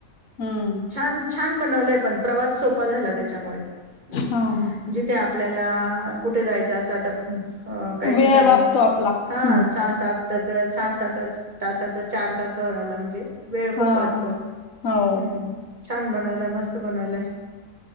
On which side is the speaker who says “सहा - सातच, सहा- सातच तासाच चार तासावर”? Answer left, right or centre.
Right